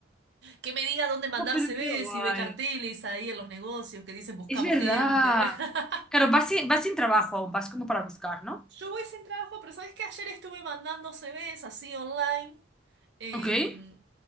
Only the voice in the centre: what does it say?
Oh, pero
qué guay.
Es verdad.
Claro, vas sin, vas sin trabajo aún, vas como para buscar, ¿no?
Ok.